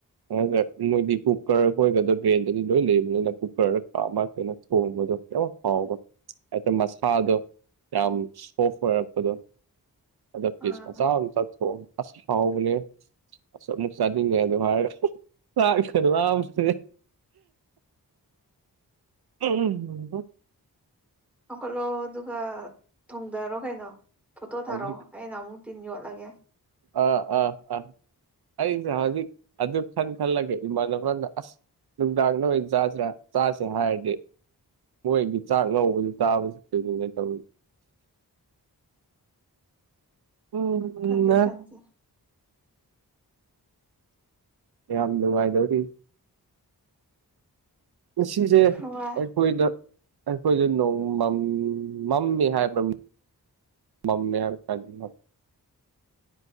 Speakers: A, on the right; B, in the centre.
A: ꯅꯗ꯭ꯔꯦ ꯃꯣꯏꯗꯤ ꯀꯨꯀꯔ ꯈꯣꯏꯒꯗ ꯒ꯭ꯔꯦꯟꯗꯗꯤ ꯂꯣꯏ ꯂꯩꯕꯅꯤꯅ ꯀꯨꯀꯔꯗ ꯀꯥꯞꯃ ꯀꯩꯅꯣ ꯊꯣꯡꯕꯗꯣ ꯌꯥꯝ ꯍꯥꯎꯕ ꯍꯥꯏꯗ ꯃꯁꯥꯗꯣ ꯌꯥꯝ ꯁꯣꯐ ꯑꯣꯏꯔꯛꯄꯗꯣ ꯑꯗ ꯄꯂꯤꯁ
B: ꯑꯥ
A: ꯃꯆꯥ ꯑꯃ ꯆꯊꯣꯛꯑꯣ ꯑꯁ ꯍꯥꯎꯕꯅꯦ ꯑꯁ ꯑꯃꯨꯛ ꯆꯥꯅꯤꯡꯉꯦ ꯑꯗꯣ ꯍꯥꯏꯔꯒ ꯂꯥꯛꯈ ꯂꯥꯛꯕꯁꯦ ꯎꯝ
B: ꯍꯧꯀꯠꯂꯛꯑꯣ ꯑꯗꯨꯒ ꯊꯨꯡꯊꯔꯣ ꯀꯩꯅꯣ ꯐꯣꯇꯣ ꯊꯥꯔꯛꯑꯣ
A: ꯍꯧꯖꯤꯛ
B: ꯑꯩꯅ ꯑꯃꯨꯛ ꯇꯤꯟ ꯌꯣ ꯂꯒꯦ
A: ꯑ ꯑꯥ ꯑꯥ ꯑꯩꯁꯦ ꯍꯧꯖꯤꯛ ꯑꯗꯨ ꯈꯟ ꯈꯜꯂꯒ ꯏꯃꯥꯟꯅꯕꯅ ꯑꯁ ꯅꯨꯡꯗꯥꯡꯗ ꯑꯣꯏꯅ ꯆꯥꯁꯤ꯭ꯔꯥ ꯆꯥꯁꯦ ꯍꯥꯏꯔꯗꯤ ꯃꯣꯏꯒꯤ ꯆꯥꯛ ꯉꯧꯕꯁꯨ ꯆꯥꯕꯁꯨ ꯀꯔꯤꯅꯤꯅ ꯇꯧꯋ ꯎꯝ
B: ꯀꯗꯤ
A: ꯅ
B: ꯁꯥꯡꯖꯤ
A: ꯌꯥꯝ ꯂꯣ ꯋꯥꯏꯗꯧꯔꯤ ꯉꯁꯦ
B: ꯅꯨꯡꯉꯥꯏ
A: ꯑꯩꯈꯣꯏꯗ ꯑꯩꯈꯣꯏꯗ ꯅꯣꯡꯃꯝ ꯃꯝꯃꯤ ꯍꯥꯏꯕ ꯃꯃꯌꯥ ꯍꯥꯏ ꯆꯥꯖꯤ